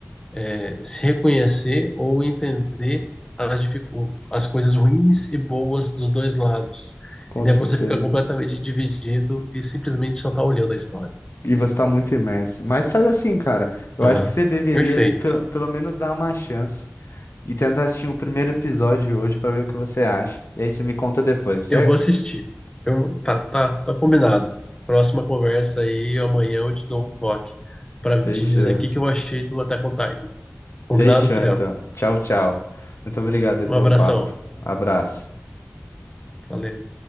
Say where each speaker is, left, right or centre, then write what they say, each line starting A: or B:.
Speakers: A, on the left; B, on the left.
A: é, se reconhecer ou entender as, dificu- as coisas ruins e boas dos dois lados.
B: com
A: E daí
B: certeza.
A: você fica completamente dividido e simplesmente só tá olhando a história.
B: E você tá muito imerso. Mas faz assim, cara. Eu
A: Aham,
B: acho que você deveria
A: Perfeito.
B: pe- pelo menos dar uma chance e tentar assistir o primeiro episódio hoje pra ver o que você acha. E aí você me conta depois, certo?
A: Eu vou assistir. Eu, vou- tá, tá, tá combinado. Próxima conversa aí, amanhã eu te dou um toque para
B: Fechou.
A: te dizer o que que eu achei do Attack on Titans. Combinado,
B: Fechou,
A: Theo?
B: então. Tchau, tchau. Muito obrigado aí
A: Um
B: pelo
A: abração.
B: papo. Abraço.
A: Valeu.